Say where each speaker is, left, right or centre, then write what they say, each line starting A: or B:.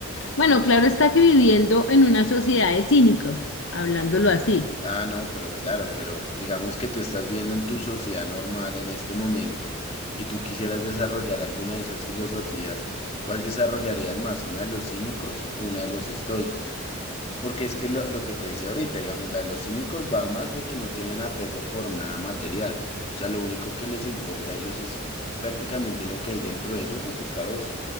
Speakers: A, on the left; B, on the left.
A: Bueno, claro está que viviendo en una sociedad de cínicos, hablándolo así,
B: Ah, no, pero claro, pero digamos que tú estás viendo en tu sociedad normal en este momento y tú quisieras desarrollar alguna de esas filosofías, ¿cuál desarrollarías más, una de los cínicos o una de los estoicos? Porque es que lo, lo que te decía ahorita, digamos, la de los cínicos va más de que no tienen apego por nada material. O sea, lo único que les importa a ellos es prácticamente lo que hay dentro de ellos y su cabeza.